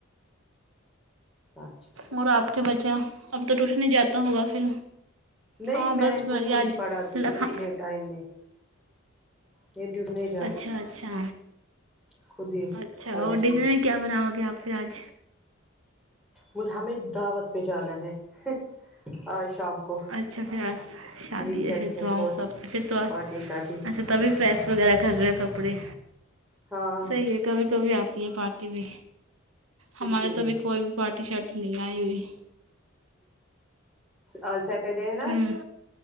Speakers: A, in the centre; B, on the right.
A: اچھا
B: اور آپ کے بچہ اب تو ٹیوشن ہی جاتا ہوگا پھر
A: نہیں
B: ہاں
A: میں
B: بس
A: ان
B: بڑھیا
A: کو خود
B: آج
A: ہی پڑھاتی
B: لکھا
A: ہوں اسی لیے ٹائم نے یہ ٹی نہیں <unintelligible>
B: اچھا اچھا
A: خود ہی
B: اچھا
A: پڑھاتی
B: اور ڈنر
A: ہوں
B: میں کیا بناؤ گے آپ پھر آج
A: وہ ہمیں دعوت پہ جانا ہے ہن آج شام کو
B: اچھا پھر آس شادی
A: ویکینڈ
B: ہے پھر تو
A: تھوڑا
B: سب پھر تو
A: پارٹی شارٹی
B: اچھا تبھی پریس وغیرہ کر رہے ہو کپڑے
A: ہاں
B: صحیح ہے کبھی کبھی آتی ہے پارٹی بھی ہمارے
A: اسی لیے
B: تو بھی کوئی پارٹی شارٹی نہیں آئی ہوئی
A: اج سیٹرڈے ہے نا
B: ہوں